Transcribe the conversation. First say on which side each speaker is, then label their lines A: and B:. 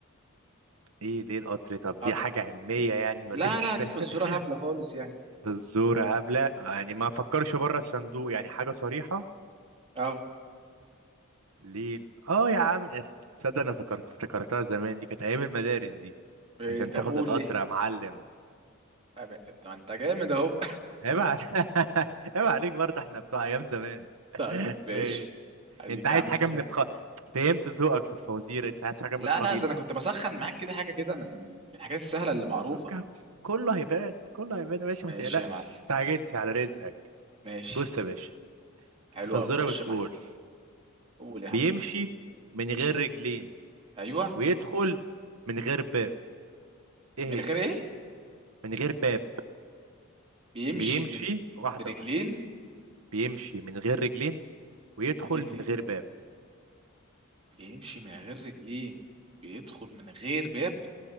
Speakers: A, on the right; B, on the right.
A: ايه ليه القطر طب دي
B: آه،
A: حاجة علمية يعني
B: لا
A: ولا ايه مش
B: لا
A: فاهم
B: دي فزوره هبله
A: <laughs>
B: خالص يعني
A: الزورة هبلة يعني ما فكرش بره الصندوق يعني حاجة صريحة
B: اه
A: ليه ال- اه يا عم إيه، تصدق انا فكرت افتكرتها زمان دي كانت ايام المدارس دي
B: إيه،
A: عشان
B: طب
A: تاخد
B: قول
A: القطر
B: ليه
A: يا معلم
B: أم- طب انت جامد اهو
A: عيب عليك <laughs> عيب عليك برضه احنا بتوع ايام زمان
B: <laughs>
A: <laughs>
B: طيب ماشي
A: ماشي
B: اديك
A: انت عايز
B: يا عم
A: حاجة
B: كسبت
A: من الق... فهمت ذوقك في الفوازير انت عايز حاجة
B: لا
A: من القبيل
B: لا ده انا
A: ده
B: كنت بسخن معاك كده حاجه كده من من الحاجات السهله اللي معروفه
A: ك- كله هيبان كله هيبان يا باشا
B: ماشي
A: ما تقلقش
B: يا معلم
A: ما تستعجلش على رزقك
B: ماشي
A: بص يا باشا
B: حلو
A: الفزورة
B: قوي خش
A: بتقول
B: معايا قول يا حبيبي
A: بيمشي من غير رجلين
B: ايوه
A: ويدخل من غير باب ايه
B: من
A: هي
B: غير ايه
A: من غير باب
B: بيمشي
A: بيمشي
B: بن...
A: واحدة
B: برجلين
A: واحدة بيمشي من غير رجلين ويدخل
B: من غير رجلين
A: من غير باب
B: بيمشي من غير رجلين بيدخل من غير باب